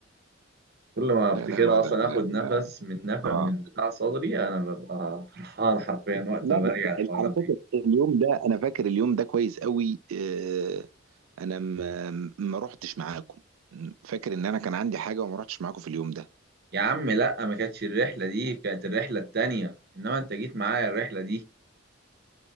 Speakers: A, on the right; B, on the right.
A: كل ما أفتكرها
B: لا لا الوضع
A: أصلا
B: لا.
A: آخد نفس من نفق
B: اه
A: من بتاع صدري أنا ببقى فرحان حرفيا وقت
B: لا
A: ما برجع
B: بس
A: الحوارات
B: على فكرة
A: دي
B: اليوم ده انا فاكر اليوم ده كويس قوي آه، انا ما ما رحتش معاكم فاكر ان انا كان عندي حاجة وما رحتش معاكم في اليوم ده
A: يا عم لا ما كانتش الرحلة دي كانت الرحلة التانية انما انت جيت معايا الرحلة دي